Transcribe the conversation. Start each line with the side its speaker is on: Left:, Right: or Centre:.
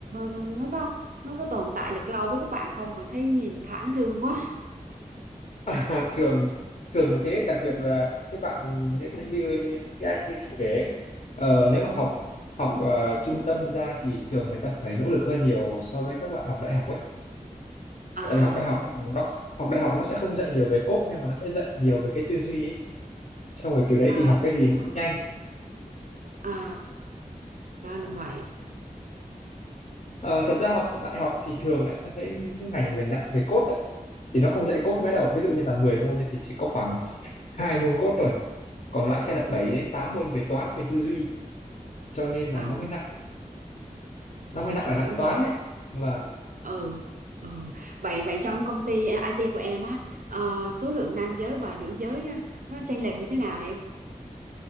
Right: nó có nó có tồn tại được lâu với các bạn không mà thấy nhìn thảm thương quá
Left: <laughs> À, thường thường thế đặc biệt là những cái bạn như như, như những cái anh như chị kể ấy, ờ, nếu mà
Right: ừ.
Left: học học ờ, trung tâm ra thì thường người ta phải nỗ lực hơn nhiều so với các bạn học đại học ấy
Right: à
Left: tại vì học đại học ừ, nó học đại học nó sẽ không dạy nhiều về code nhưng mà nó sẽ dạy nhiều về cái tư duy ấy xong rồi từ đấy
Right: à
Left: thì học cái
Right: chị
Left: gì
Right: hiểu
Left: nó
Right: rồi
Left: cũng nhanh
Right: à ra là vậy
Left: Ờ, thật ra học đại học thì thường ấy em thấy những cái ngành về nặng về code ấy thì nó không dạy code mấy đâu ví dụ như là 10 môn thì chỉ có khoảng hai môn code thôi còn lại sẽ là
Right: ừ.
Left: 7 đến 8 môn về toán về tư duy cho nên là
Right: à
Left: nó mới nặng nó
Right: rồi
Left: mới nặng
Right: chị
Left: là
Right: hiểu
Left: nặng toán
Right: rồi
Left: đấy và
Right: ừ ừ vậy vậy trong công ty IT của em á ờ, số lượng nam giới và nữ giới á, nó chênh lệch như thế nào em